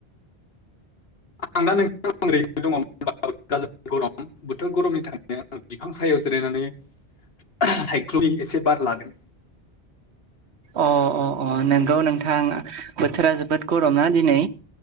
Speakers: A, on the left; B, on the right.
A: आं दा <inaudible> गाज्रि गरम बोथोर गरमनि थाखायनो आं बिफां सायायाव जिरायनानै। सायख्ल'नि एसे बार लादों।
B: अ अ अ नोंगौ नोंथां बोथोरा जोबोद गरम ना दिनै